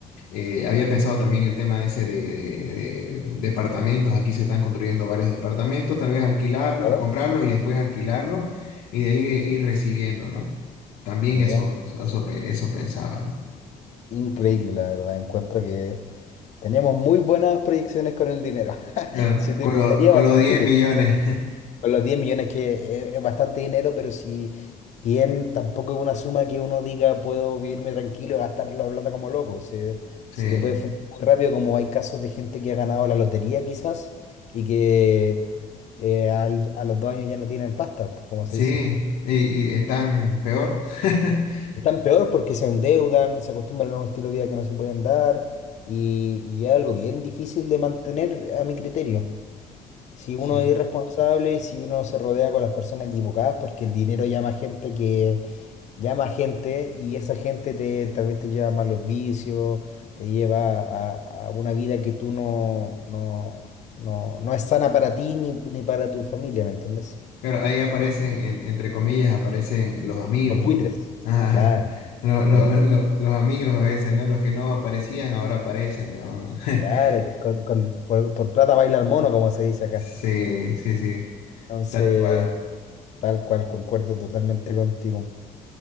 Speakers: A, on the left (about 80°); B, on the left (about 50°).
A: eh, había pensado también el tema ese de, de- de departamentos, aquí se están construyendo varios departamentos, tal vez alquilarlos,
B: claro
A: comprarlos y después alquilarlos y de ahí eh, ir recibiendo, ¿no? También
B: Bien,
A: eso, eso, eso, pe- eso pensaba, ¿no?
B: increíble la verdad. Encuentro que tenemos muy buenas proyecciones con el dinero. <laughs>
A: Ah,
B: Se utilizaría
A: Con lo- con
B: bastante
A: los diez
B: bien.
A: millones,
B: Con los 10 millones que es, es bastante dinero, pero si bien tampoco es una suma que uno diga puedo vivirme tranquilo y gastar la plata como loco. Se,
A: <laughs>
B: se
A: sí,
B: te puede fundir muy rápido, como hay casos de gente que ha ganado la lotería quizás y que eh, al- a los dos años ya no tienen pasta, como
A: sí,
B: se dice.
A: y y están peor. <laughs>
B: Están peor porque se endeudan, se acostumbran a un estilo de vida que no se pueden dar y, y es algo bien difícil de mantener a mi criterio. Si
A: Sí,
B: uno es irresponsable, si uno se rodea con las personas equivocadas, porque el dinero llama gente que llama gente y esa gente te, tal vez te lleva a malos vicios, te lleva a, a una vida que tú no, no, no, no es sana para ti ni, ni para tu familia, ¿me entiendes?
A: claro, ahí aparecen, en- entre comillas, aparecen los amigos,
B: Los buitres.
A: ¿no? <laughs> Ajá,
B: Claro.
A: lo- lo-
B: los
A: lo- los amigos a veces, ¿no? Los que no aparecían ahora aparecen, digamos.
B: Claro,
A: <laughs>
B: pues, con- con- por, por plata baila el mono, como se dice acá.
A: Sí, sí, sí,
B: Entonces,
A: tal cual.
B: tal cual, concuerdo totalmente contigo.